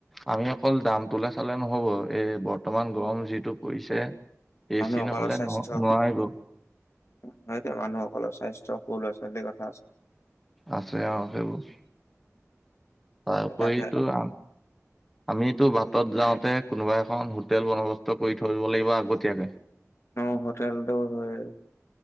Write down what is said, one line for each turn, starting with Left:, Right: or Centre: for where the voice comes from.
Centre: আমি অকল দামটোলে চালে নহ'ব, এই বৰ্তমান গৰম যিটো পৰিছে এ
Left: মানুহসকলৰ
Centre: চি নহলে
Left: স্বাস্থ্য,
Centre: ন নোৱাৰিব
Left: স-মানুহসকলৰ স্বাচ চব ল'ৰা ছোৱালীৰ কথা আছে।
Centre: আছে অ', সেইবোৰ তাৰ উপৰিতো
Left: তাকে
Centre: আ, আমিতো বাটত যাওঁ কোনোবা এখন হোটেল বন্দবস্ত কৰি থ'ব লাগিব আগতীয়াকে।
Left: অ', হোটেলটো হয়